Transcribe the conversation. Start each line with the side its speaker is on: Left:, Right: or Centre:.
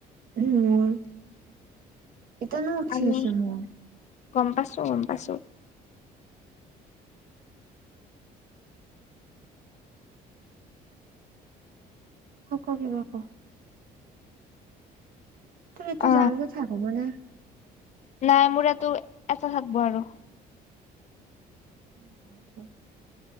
Right: উ মোৰ এতি নোচ
Left: আমি
Right: আছে মোৰ
Left: গম পাইছো গম পাইছো
Right: ক কাক ব ক তোৰ এইটো
Left: অ
Right: যাৰ কথা হ'ব নে
Left: নাই মোৰটো এটা থাকব আৰু
Right: উ য দ